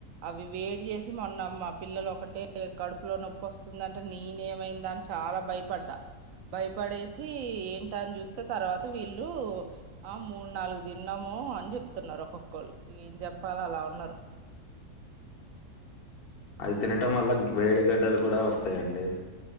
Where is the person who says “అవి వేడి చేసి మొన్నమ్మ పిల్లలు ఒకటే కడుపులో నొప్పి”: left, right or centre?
Right